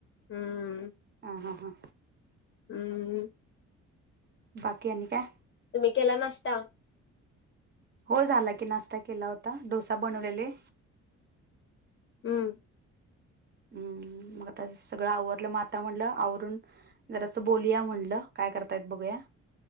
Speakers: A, on the left; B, on the right.
A: हम्म.
B: ह हा हा,
A: हम्म
B: बाकी आणि काय?
A: तुम्ही केला नष्टता?
B: हो झाला की नाश्ता केला होता डोसा बनवलेले.
A: हम्म
B: हम्म मग आता सगळं आवरलं मग आता म्हणलं सगळं आवरून जरा असं बोलिया म्हणलं काय करतायत बघूया.